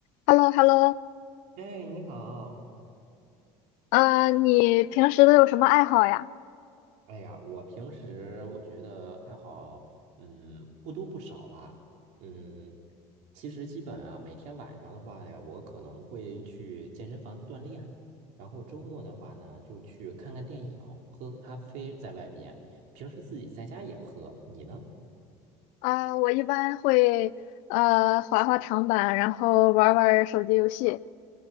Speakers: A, on the left; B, on the right.
A: h e l l o h e l l o
B: 哎，你好！
A: 呃，你平时都有什么爱好呀？
B: 哎呀，我平时我觉得爱好，嗯，不多不少吧。嗯，其实基本啊，每天晚上的话呀，我可能会去健身房锻炼，然后周末的话呢，就去看看电影，喝喝咖啡，在外边。平时自己在家也喝。你呢？
A: 啊、我一般会呃滑滑长板，然后玩儿玩儿手机游戏。